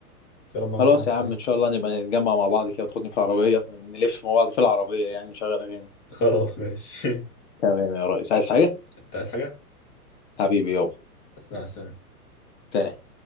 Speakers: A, on the left (about 25°); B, on the left (about 45°).
A: بس يا رب ما اعملش
B: خلاص
A: حادثة
B: يا عم
A: يعني
B: ان شاء الله نبقى نتجمع مع بعض كده وتاخدني في العربيه نلف مع بعض في العربيه يعني نشغل اغاني
A: خلاص ماشي <laughs>
B: تمام يا ريس عايز حاجه
A: انت عايز حاجة؟
B: حبيبي يابا
A: بس مع السلامة
B: سلام